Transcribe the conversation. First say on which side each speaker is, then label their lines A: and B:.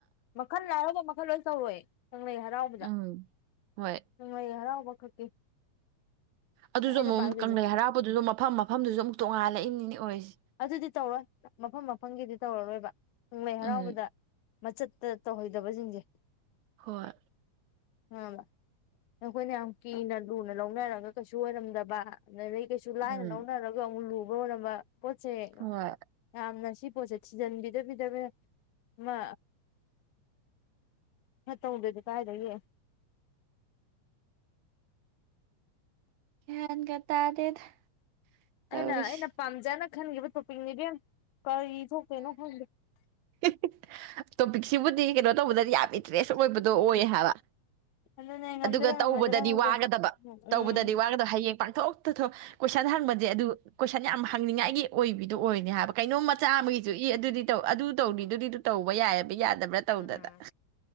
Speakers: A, on the left (about 85°); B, on the right (about 80°).
A: ꯃꯈꯟ ꯂꯥꯏꯍꯔꯥꯎꯕ ꯃꯈꯜ ꯂꯣꯏ ꯇꯧꯔꯣꯏ ꯀꯪꯂꯩ ꯍꯔꯥꯎꯕꯗ
B: ꯎꯝ ꯍꯣꯏ
A: ꯀꯪꯂꯩ ꯍꯔꯥꯎ ꯋꯥꯈꯛꯀꯤ
B: ꯑꯗꯨꯁꯨ
A: ꯑꯩꯅ
B: ꯑꯃꯨꯛ
A: ꯄꯥꯏꯗꯨꯖꯦ
B: ꯀꯪꯂꯩ ꯍꯔꯥꯎꯕꯗꯨꯁꯨ ꯃꯐꯝ ꯃꯐꯝꯗꯨꯁꯨ ꯑꯃꯨꯛ ꯇꯣꯡꯉꯥꯜꯂꯛꯏꯅꯤꯅꯦ ꯑꯣꯏꯔꯤꯁꯦ
A: ꯑꯗꯨꯗꯤ ꯇꯧꯔꯣꯏ ꯃꯐꯝ ꯃꯐꯝꯒꯤꯗꯤ ꯇꯧꯔꯔꯣꯏꯕ ꯀꯪꯡꯂꯩ ꯍꯔꯥꯎꯕꯗ
B: ꯎꯝ
A: ꯃꯆꯠꯇ ꯇꯧꯍꯩꯗꯕꯁꯤꯡꯁꯦ
B: ꯍꯣꯏ
A: ꯑ ꯅꯈꯣꯏꯅ ꯌꯥꯝ ꯀꯤꯅ ꯂꯨꯅ ꯂꯧꯅꯔꯒ ꯀꯩꯁꯨ ꯑꯣꯏꯔꯝꯗꯕ ꯅ ꯂꯩ ꯀꯩꯁꯨ ꯂꯥꯏꯅ
B: ꯎꯝ
A: ꯂꯧꯅꯔꯒ ꯑꯃꯨꯛ ꯂꯨ <unintelligible> ꯄꯣꯇꯁꯦ
B: ꯍꯣꯏ
A: ꯌꯥꯝꯅꯁꯤꯕ ꯄꯣꯠꯁꯦ ꯊꯤꯖꯟꯕꯤꯗꯕꯤꯗ ꯃꯥ ꯈꯇꯧꯗꯗꯤ ꯀꯥꯏꯗꯒꯤ
B: ꯒ꯭ꯌꯟꯒ ꯇꯥꯗꯦꯗ ꯇꯧꯔꯤꯁꯤ
A: ꯑꯩꯅ ꯑꯩꯅ ꯄꯝꯖꯅ ꯈꯟꯒꯤꯕ ꯇꯣꯄꯤꯛꯅꯤ ꯏꯕꯦꯝꯃ ꯀꯔꯤ ꯊꯣꯛꯇꯣꯏꯅꯣ ꯈꯪꯗꯦ
B: ꯍꯤ ꯍꯤ ꯇꯣꯄꯤꯛꯁꯤꯕꯨꯗꯤ ꯀꯩꯅꯣ ꯇꯧꯕꯗꯗꯤ ꯌꯥꯝꯃꯤ ꯏꯟꯇꯔꯦꯁ ꯑꯣꯏꯕꯗꯣ ꯑꯣꯏ ꯍꯥꯏꯕ
A: ꯑꯗꯨꯅꯦ ꯉꯝꯗꯣꯏꯔꯥ
B: ꯑꯗꯨꯒ
A: ꯉꯝꯃꯣꯏꯗꯣꯏꯔꯥ
B: ꯇꯧꯕꯗꯗꯤ
A: ꯈꯪꯗꯦ
B: ꯋꯥꯒꯗꯕ
A: ꯎꯝ
B: ꯇꯧꯕꯗꯗꯤ ꯋꯥꯒꯗꯕ ꯍꯌꯦꯡ ꯄꯥꯛ ꯊꯣꯛꯇ ꯊꯣꯛ ꯀꯣꯏꯁꯟ ꯍꯪꯕꯁꯦ ꯑꯗꯨ ꯀꯣꯏꯁꯟ ꯌꯥꯝ ꯍꯪꯅꯤꯡꯉꯥꯏꯒꯤ ꯑꯣꯏꯕꯤꯗꯣ ꯑꯣꯏꯅꯦ ꯍꯥꯏꯕ ꯀꯩꯅꯣꯝ ꯃꯆꯥ ꯑꯃꯒꯤꯁꯨ ꯏ ꯑꯗꯨꯗꯤ ꯇꯧ ꯑꯗꯨ ꯇꯧꯔꯤꯗꯨꯗꯤ ꯑꯗꯨ ꯇꯧꯕ ꯌꯥꯏꯑꯕ ꯌꯥꯗꯕ꯭ꯔꯥ ꯇꯧꯗꯅ
A: ꯎꯝ